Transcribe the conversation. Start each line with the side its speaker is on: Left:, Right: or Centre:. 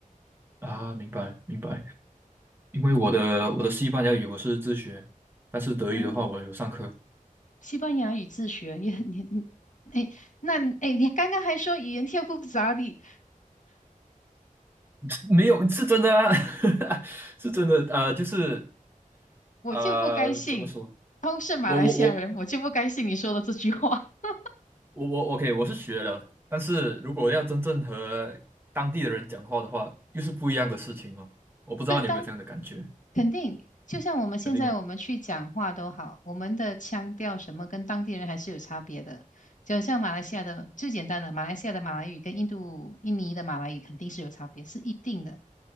Right: 啊？明白明白。因为我的我的西班牙语我是自学，但是德语的话我有上课，
Left: 哦，西班牙语自学也你你，哎，那你哎，你刚刚还说语言天赋不咋地，
Right: <laughs> 没有是真的啊，<laughs> 是真的，呃，就是
Left: 我就不该信，
Right: 呃，怎么说？
Left: 都是马来西亚人，
Right: 我我我
Left: 我就不该信你说的这句话。<laughs>
Right: 我我 OK，我是学了，但是如果要真正和当地的人讲话的话，又是不一样的事情哦。我不知道你有没有这样的感觉，
Left: 对，但肯定，就像我们现在我们去讲话都好，
Right: 肯定啊
Left: 我们的腔调什么跟当地人还是有差别的。就像马来西亚的最简单的，马来西亚的马来语跟印度、印尼的马来语肯定是有差别，是一定的，